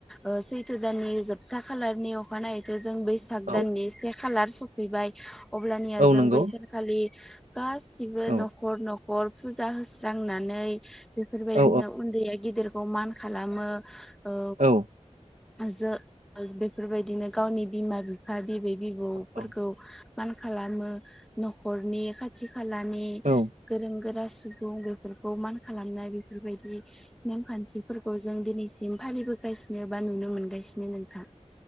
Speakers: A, in the centre; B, on the right.
A: ओ सैथो दाननि जोबथा खालारनि अखानायैथ' जों बैसाग
B: औ
A: दाननि से खालार सफैबाय अब्लानिया
B: औ
A: जों
B: नंगौ
A: बैसागखालि गासिबो
B: औ
A: न'खर न'खर फुजा होस्रांनानै बेफोरबायदिनो
B: औ
A: उन्दैया गिदिरखौ मान खालामो ओ
B: औ
A: जो बेफोरबायदिनो गावनि बिमा बिफा बिबै बिबौफोरखौ
B: औ
A: मान खालामो न'खरनि खाथि खालानि
B: औ
A: गोरों गोरा सुबुं बेफोरखौ मान खालामनाय बेफोरबायदि नेमखान्थिफोरखौ जों दिनैसिम फालिबोगासिनो बा नुनो मोनगासिनो नोंथां।